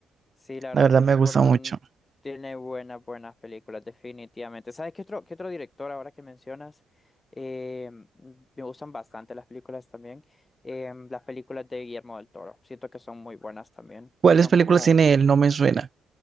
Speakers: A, on the left; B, on the right.
A: Sí, la verdad
B: La verdad
A: es que
B: me
A: Tim
B: gusta
A: Burton
B: mucho.
A: tiene buenas, buenas películas, definitivamente. ¿Sabes qué otro, qué otro director ahora que mencionas? Eh, me gustan bastante las películas también. Eh, las películas de Guillermo del Toro. Siento que son muy buenas también.
B: ¿Cuáles
A: Son
B: películas
A: como
B: tiene él? No me suena.